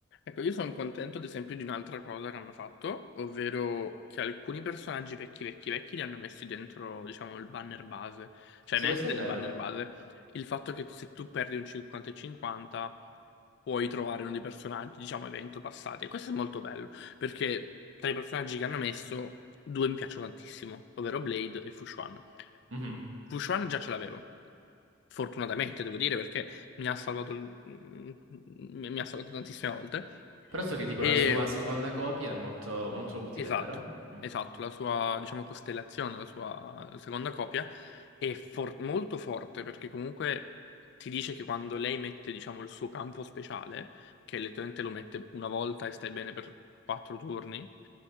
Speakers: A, on the left; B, on the right.
A: Ecco, io sono contento ad esempio di un'altra cosa che hanno fatto, ovvero che alcuni personaggi vecchi, vecchi, vecchi li hanno messi dentro, diciamo, il banner base, cioè
B: Sì,
A: neanche
B: questo
A: nel
B: è vero.
A: banner base. Il fatto che se tu perdi un 50-50 puoi trovare uno dei personaggi, diciamo, evento passati. E questo è molto bello, perché tra i personaggi che hanno messo, due mi piacciono tantissimo, ovvero Blade e Fushuan.
B: Mhm.
A: Fushuan già ce l'avevo, fortunatamente devo dire, perché mi ha salvato, il- mi mi ha salvato tantissime volte.
B: Però so che tipo
A: E
B: la sua seconda copia è molto, molto utile,
A: Esatto,
B: vero? Mm.
A: esatto, la sua, diciamo, costellazione, la sua seconda copia è for- molto forte perché comunque ti dice che quando lei mette, diciamo, il suo campo speciale, che letteralmente lo mette una volta e stai bene per quattro turni,